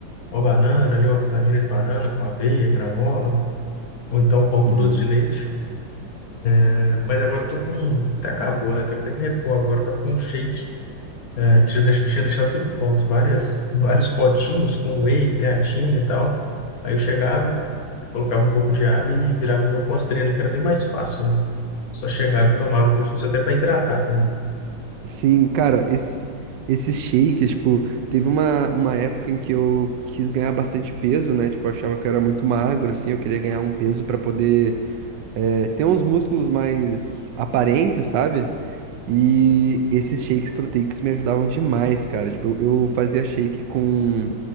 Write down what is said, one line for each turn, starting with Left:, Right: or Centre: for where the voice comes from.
Left: Uma banana ali, uma vitamina de banana com aveia, granola, ou então pão com
Right: Uhum.
Left: doce de leite. É, Mas agora eu tô com... Até acabou, né? Tem que ter que repor agora. Eu Tô com um shake Eu tinha deix- tinha deixado tudo pronto, várias, vários potinhos com whey, creatina e tal. Aí eu chegava, colocava um pouco de água e virava meu pós ali, que era bem mais fácil, né? Só chegava e tomava como se fosse até para hidratar também.
Right: Sim, cara, esse, esses shakes, tipo, teve uma, uma época em que eu quis ganhar bastante peso, né? Tipo, eu achava que eu era muito magro, assim, eu queria ganhar um peso pra poder é, ter uns músculos mais aparentes, sabe? E esses shakes proteicos me ajudavam demais, cara. Tipo, eu, eu fazia shake com,